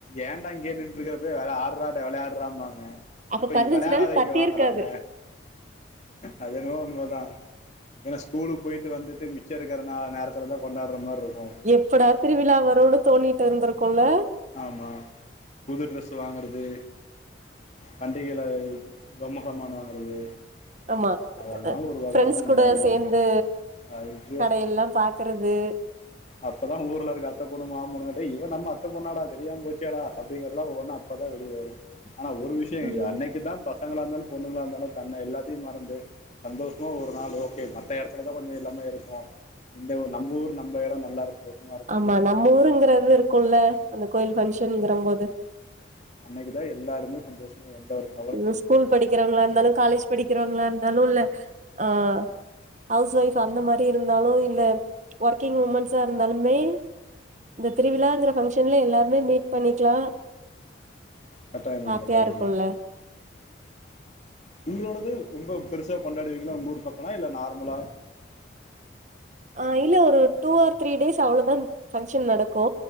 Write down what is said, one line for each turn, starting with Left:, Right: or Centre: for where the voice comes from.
Left: ஏன்டா இங்கேயே நின்னுட்ருக்க போய் ஆட்ற வெளையாட்றாம்பாங்க
Right: அப்ப
Left: இப்ப
Right: பதினஞ்சு
Left: வெளையாடாதிங்கடாங்றாங்க
Right: நாள் பத்திருக்காது
Left: அது என்னமோ உண்மதா ஏன்னா ஸ்கூலுக்கு பொய்டு வந்துட்டு மிச்சோ இருக்கிற நேரத்துலதா கொண்டாட்ற மாரி இருக்கு
Right: எப்படா திருவிழா வருன்னு தோணிட்ருந்திருக்குல்ல
Left: ஆமா புதுட்ரெஸ் வாங்கறது பண்டிகையில பொம்மசாமான் வாங்குறது
Right: ஆமா
Left: அதெல்லா ஒரு வகையான
Right: ஃப்ரெண்ட்ஸ்
Left: நல்லாதா
Right: கூட சேந்து
Left: இருக்கு ஐயோ
Right: கடையெல்லா பாக்குறது
Left: அப்பதா ஊர்ல இருக்க‌ அத்த பொண்ணு மாமா பொண்ணு இவ நம்ம அத்த பொண்ணாடா தெரியாம போச்சேடா அப்டிங்கிறதுல ஒவொண்ணா அப்பதா வெளியவரு ஆனா ஒரு விஷ்யோ
Right: ம்
Left: அன்னைக்குதா பசங்களா இருந்தாலு பொண்ணுங்களா இருந்தாலு பண்ண எல்லாத்தையு மறந்து சந்தோஷமா ஒரு நாள் ஓகே மத்த எடத்துலதா கொஞ்சோ எல்லாமே இருக்கு இந்த நம்ம ஊர் நம்ம எடோ நல்ல இருக்கு சந்தோஷமா இருக்கு
Right: ஆமா
Left: அப்டின்னு
Right: நம்ம ஊருங்றது இருக்குல்ல அந்த கோயில் பங்க்ஷன்ங்ர போது
Left: அன்னைக்குதா எல்லாருமே சந்தோஷமா எல்லாருக்கு
Right: இனிமே ஸ்கூல் படிக்றவங்ளா இருந்தாலு காலேஜ் படிக்றவங்ளா இருந்தாலு இல்ல அ ஹவுஸ் ஒய்ஃப் அந்த மாரி இருந்தாலு இல்ல ஒர்க்கிங் உமன்ஸா இருந்தாலுமே இந்த திருவிழாங்கிற ஃபங்க்ஷன்ல எல்லாருமே மீட் பண்ணிக்கலா
Left: கட்டாயமா
Right: ஹாப்பியா
Left: கட்டாயமா
Right: இருக்குல்ல
Left: உங்களோடது ரொம்ப பெருசா கொண்டாடுவீங்களா உங்க ஊர் பக்கனா இல்ல நார்மலா
Right: ஆ இல்ல ஒரு டூ ஆர் த்ரீ டேஸ் அவ்ளோதா ஃபங்க்ஷன் நடக்கு